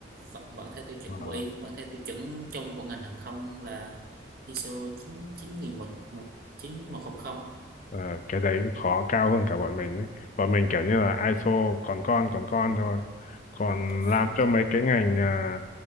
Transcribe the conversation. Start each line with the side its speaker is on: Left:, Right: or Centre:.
Right: vẫn, vẫn theo tiêu chuẩn
Left: Ờ.
Right: của bộ Y vẫn theo tiêu chuẩn chung của ngành hàng không là ISO 9 9100
Left: Ờ, cái đấy khó cao hơn cả bọn mình ấy. Bọn mình kiểu như là ISO còn con còn con thôi. Còn
Right: à,
Left: làm
Right: đúng rồi.
Left: cho mấy cái ngành à,